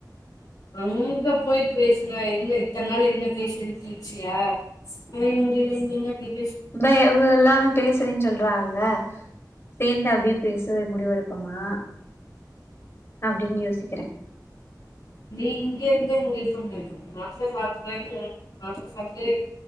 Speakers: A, on the left (about 60°); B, on the left (about 35°).
A: அங்க போய் பேசினா என்ன இத்தன் நாள் என்ன பேசி கிழ்ச்சியா <unintelligible>
B: மே இவு எல்லாமே பேசுறேன் சொல்றாகல்ல சேந்து அப்டியே பேசவே முடிவெடுப்பமா அப்டின்னு யோசிக்கிற
A: நீ இங்யே இருந்து உங்க ஹெல்ப்பண்ணாத மாத்ர சாப்பறங்கற மாத்ர சாப்பிட்டு